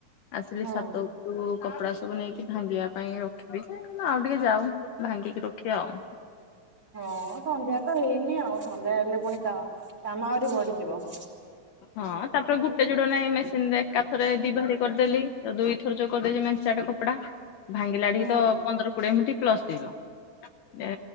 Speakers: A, on the left; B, on the right.
A: ଆସିଲି
B: ହଁ।
A: ଛାତକୁ କପଡା ସବୁ ନେଇକି ଭାଙ୍ଗିବା ପାଇଁ ରଖିବି ଯେ ନା ଆଉ ଟିକେ ଯାଉ। ଭାଙ୍ଗିକି ରଖିବା ଆଉ।
B: ହଁ ସନ୍ଧ୍ୟା ତ ହେଇନି ଆଉ ସନ୍ଧ୍ୟା ହେଲେ ପୁଣି କା କାମ ଆହୁରି ବଢିଯିବ।
A: ହଁ ତାପରେ ଗୋଟେ ଯୋଡ ନାଇଁ ମେସିନ ରେ ଏକାଥରେ ଦି ଭାଡ଼ି କରିଦେଲି ଦୁଇଥର ଯୋଉ କରିଦେଛି ମେନ୍ସଟାକ ପଡ଼ା। ଭାଙ୍ଗିଲାଟି କି
B: ହଁ
A: ତ ପନ୍ଦର କୋଡିଏ ମିନିଟ ପ୍ଲସ ଯିବ ଏ